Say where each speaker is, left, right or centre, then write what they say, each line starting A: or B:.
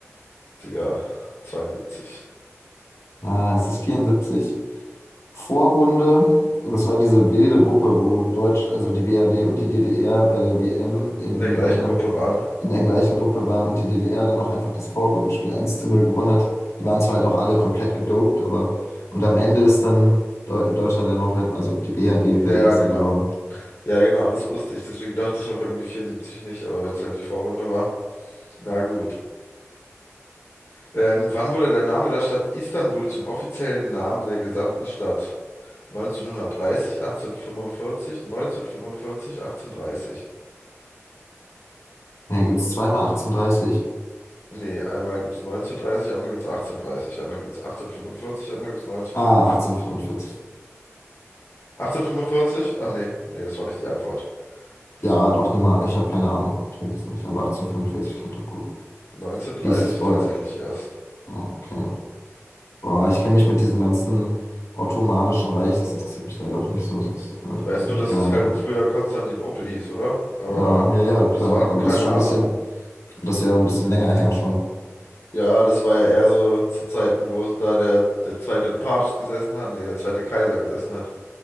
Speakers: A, on the left; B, on the left.
A: Digga, 72.
B: Ja, es ist 74. Vorrunde, das war diese wilde Gruppe, wo Deutsch, also die BRD und die DDR bei der WM in,
A: In der gleichen
B: äh,
A: Gruppe waren.
B: in der gleichen Gruppe waren und die DDR dann auch einfach das Vorrundenspiel 1 zu 0 gewonnen hat. Die waren zwar halt auch alle komplett gedopt, aber und am Ende ist dann Deu Deutschland ja noch Weltmeister, also die BRD
A: Ja,
B: Weltmeister
A: ja, genau.
B: geworden.
A: Ja, genau, das wusste ich. Deswegen dachte ich auch irgendwie 74 nicht, aber wenn es halt die Vorrunde war. Na gut. Ähm, wann wurde der Name der Stadt Istanbul zum offiziellen Namen der gesamten Stadt? 1930, 1845, 1945, 1830.
B: Ja, gibt es zweimal 1830?
A: Nee, einmal gibt's 1930, einmal gibt's 1830, einmal gibt's 1845, einmal gibt's 1945.
B: Ah, 1845.
A: 1845? Ach nee, nee, das war nicht die Antwort. Das
B: Ja,
A: war
B: doch, nimm mal. Ich habe keine Ahnung. Ich weiß es nicht. Aber 1845 klingt doch gut.
A: 1930
B: Wie ist es vorher?
A: tatsächlich erst.
B: Ah, Okay. Boah, ich kenne mich mit diesem ganzen Ottomanischen Reich, das interessiert mich leider auch nicht so. Das äh, kenne
A: Ich weiß
B: ich
A: nur,
B: mich
A: dass
B: gar
A: es
B: nicht
A: halt
B: aus.
A: früher Konstantinopel hieß, oder? Aber
B: Ja, ja, ja,
A: bis
B: klar.
A: wann,
B: Aber
A: keine
B: das ist schon
A: Ahnung.
B: ein bisschen, das ist ja ein bisschen länger her schon.
A: Ja, das war ja eher so zu Zeiten, wo da der, der zweite Papst gesessen hat, nee, der zweite Kaiser gesessen hat.